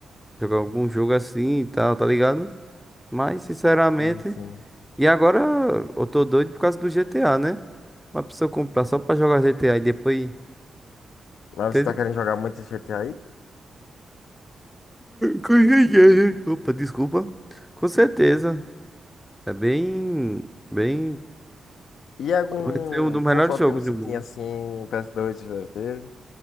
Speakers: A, in the centre; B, on the left (about 85°).
A: jogar algum jogo assim e tal, tá ligado? Mas, sinceramente,
B: Sim, sim.
A: e agora eu tô doido por causa do GTA, né? Uma pessoa comprar só pra jogar GTA e depois,
B: Mas
A: entende?
B: você tá querendo jogar muito esse GTA aí?
A: Com certeza. Opa, desculpa. Com certeza. É bem, bem,
B: E algum
A: vai ser um dos melhores
B: console
A: jogos
B: que você
A: do
B: tinha
A: mundo.
B: assim, o PS2 você já teve?